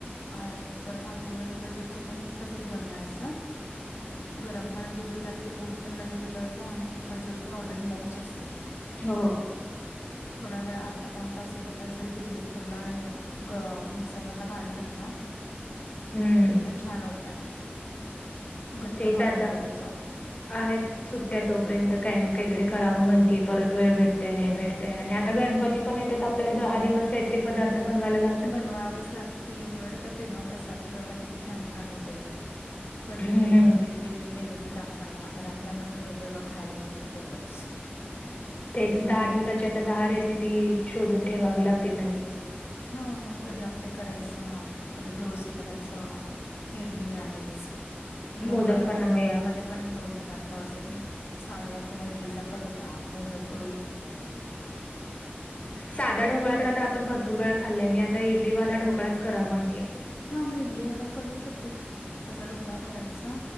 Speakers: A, on the left; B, on the left.
A: आणि परत हा गूळ आणि खजूरच पण तसच बनवायचं. गरम पाण्यात भिजत घातल तर गुळ पण लगेच वितळतो आणि खजूर तर ऑलरेडी मऊच असत
B: हो.
A: थोडा वेळ अर्धा पाऊन तास एक तास जरी भिजत ठेवला आणि ग मिक्सर मधन काढलं ना
B: हम्म
A: ते पण छान होतय. घट्ट
B: तेच
A: पाणी
B: आता
A: होतंय त्याच
B: आहेत. सुट्टया तोपर्यंत काही ना काहीतरी करावं म्हणती परत वेळ भेटतय नाय भेटतय आणि आता गणपतीत पण येतात आपल्याला दहा दिवस कायतरी पदार्थ बनवायला ला
A: बनवावेच लागतील उलट तर तेव्हा प्रसाद ठेवायला किती छान छान होतय ते. कधी
B: हम्म
A: हे कधी ते नैवेद्य दाखवायला घरातल्यांना पण वेगवेगळं खायला मिळतं तेवढंच.
B: तेच दहा दिवसाचे आता दहा रेसिपी शोधून ठेवावी लागतील नवीनं
A: हा कधी आप्पे करायचं कधी डोस करायचं. इडली आहेच ढोकळा
B: मोदक
A: आहे
B: पण आहेत
A: ढोकळ्यामध्ये पण दोन पदार्थ असं की साधा किंवा इडली सारखा ढोकळा, मोदक करू शकतो.
B: साधा ढोकळा तर आता आपण भरपूर वेळा खाल्लय मी आता इडली वाला ढोकळाच कराव म्हणते.
A: हा म इडली वाला करू शकतेस की तसा ढोकळा करायचा.